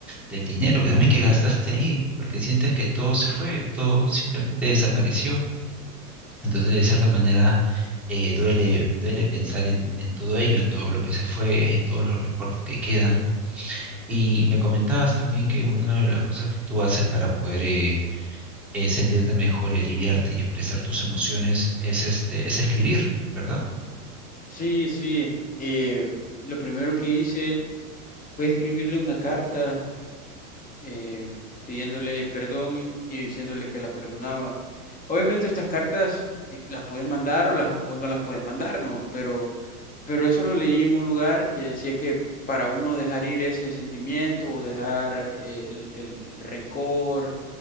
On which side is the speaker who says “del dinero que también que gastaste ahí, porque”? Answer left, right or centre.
Centre